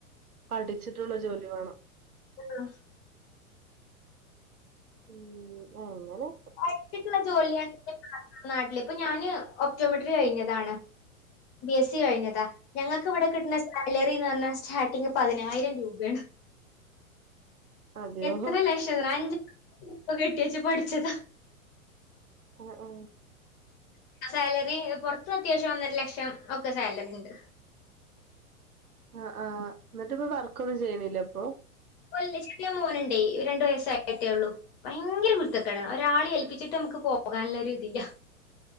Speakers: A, on the right (about 85°); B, on the left (about 45°).
A: പഠിച്ചിട്ടുള്ള ജോലി വേണം
B: ആഹ്
A: ഉം ആഹ അല്ലെ
B: വഴച്ചിട്ടുള്ള ജോലിയാണ് നാട്ടില് ഇപ്പൊ ഞാന് ഒക്ട്ഓപറ്റോമെട്രി കഴിഞ്ഞതാണ് ബി എസ് സി കഴിഞ്ഞതാ ഞങ്ങൾക്ക് ഇവിടെ കിട്ടുന്ന സാലറിന്ന് പറഞ്ഞാൽ സ്റ്റാർട്ടിങ് പതിനായിരം രൂപയാണ്
A: അതെയോ
B: എത്ര ലക്ഷം അഞ്ച പ്പ കെട്ടിയച്ച പഠിച്ചതാ
A: ആ ആ
B: സാലറി പറത്ത് അത്യാവശ്യം ഒന്നര ലക്ഷം ഒക്കെ സാലറി ഉണ്ട്
A: ആ ആഹ് എന്നിട്ട് ഇപ്പ വർക്ക് ഒന്നും ചെയ്യണില്ല അപ്പൊ
B: ല്ല ചെറിയ മോനണ്ടേ രണ്ടു വയസ്സായിട്ടേ ഉള്ളൂ ഭയങ്കര കുുരുത്തക്കടാണ് ഒരാൾ ഏൽപ്പിച്ചിട്ട് നമുക്ക് പോകാനുള്ള ഒരു ഇതില്ല